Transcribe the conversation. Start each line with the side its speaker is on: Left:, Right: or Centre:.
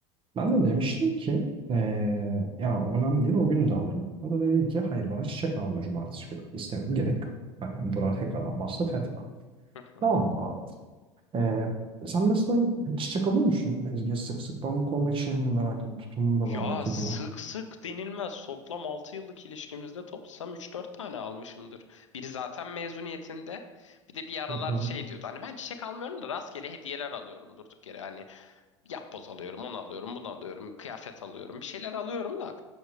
Right: Ben de demiştim ki eee ya önemli değil o gün de alırım. O da dedi ki hayır bana çiçek alma cumartesi günü. İstemiyorum gerek yok. Hani buna tekrardan masraf etme.
Left: Hı hı.
Right: Tamam mı abi? Ee, sen mesela çiçek alıyor musun Ezgi sık sık? Ben bu konudaki şeyimi de merak ediyorum. Tutumunu da merak
Left: Ya sık
Right: ediyorum.
Left: sık denilmez. Toplam 6 yıllık ilişkimizde toplasam üç dört tane almışımdır. Biri zaten mezuniyetinde. Bir de bir aralar
Right: Hı hı.
Left: şey diyordu. Hani ben çiçek almıyorum da rastgele hediyeler alıyorum durduk yere. Hani yapboz alıyorum, onu alıyorum, bunu alıyorum, kıyafet alıyorum, bir şeyler alıyorum da